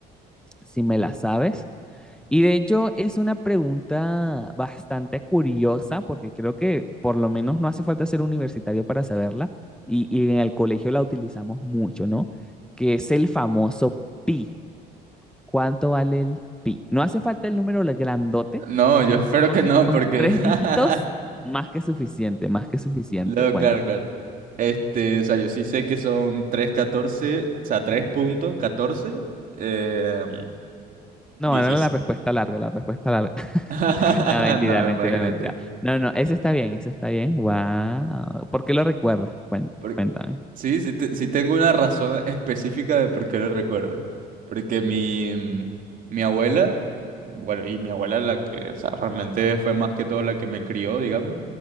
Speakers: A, in the centre; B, on the right.
A: si me la sabes. Y de hecho es una pregunta bastante curiosa, porque creo que por lo menos no hace falta ser universitario para saberla, y, y en el colegio la utilizamos mucho, ¿no? Que es el famoso pi. ¿Cuánto vale el pi? No hace falta el número grandote,
B: No,
A: por
B: yo
A: lo
B: <laughs> espero
A: menos
B: que no,
A: con
B: porque
A: tres dígitos,
B: <laughs>
A: más que suficiente, más que suficiente.
B: No,
A: Bueno,
B: claro, claro. Este, o sea, yo sí sé que son tres catorce o sea, 3.14, eh,
A: no,
B: 16.
A: ahora la respuesta larga, la respuesta larga. <laughs>
B: <laughs>
A: No, mentira,
B: No,
A: mentira,
B: imagínate.
A: mentira. No, no, ese está bien, ese está bien. Wow. ¿Por qué lo recuerdas? Cuen-
B: Por-
A: Cuéntame.
B: sí, sí, te- sí tengo una razón específica de por qué lo recuerdo. Porque mi, mm, mi abuela, bueno, y mi abuela la que, o sea, realmente fue más que todo la que me crió, digamos.